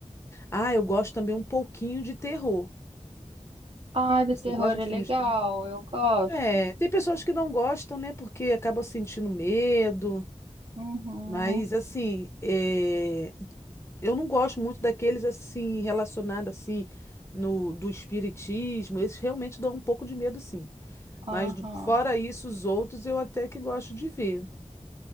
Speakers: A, on the left; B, on the right.
A: Ah, eu gosto também um pouquinho de terror.
B: ah, de
A: Você
B: terror
A: gosta
B: é
A: de
B: legal,
A: filme de terror?
B: eu gosto.
A: É, tem pessoas que não gostam, né, porque acabam sentindo medo.
B: Uhum,
A: Mas assim, é, eu não gosto muito daqueles assim relacionados assim no do espiritismo. Esses realmente dão um pouco de medo, sim. Mas
B: aham.
A: do- fora isso, os outros eu até que gosto de ver.